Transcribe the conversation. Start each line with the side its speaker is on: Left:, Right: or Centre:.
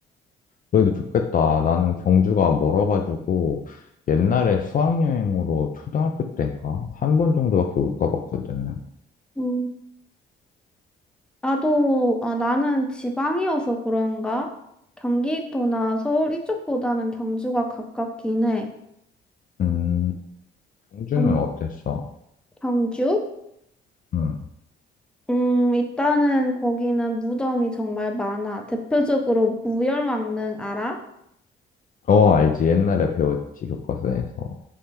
Left: 그래도 좋겠다. 나는 경주가 멀어가지고 옛날에 수학여행으로 초등학교 때인가? 한 번 정도밖에 못 가봤거든.
Centre: 음, 나도, 아, 나는 지방이어서 그런가? 경기도나 서울 이쪽보다는 경주가 가깝긴 해.
Left: 음, 경주는
Centre: 음,
Left: 어땠어?
Centre: 경주?
Left: 응.
Centre: 음, 일단은 거기는 무덤이 정말 많아. 대표적으로 무열왕릉 알아?
Left: 어, 알지. 옛날에 배웠지, 교과서에서.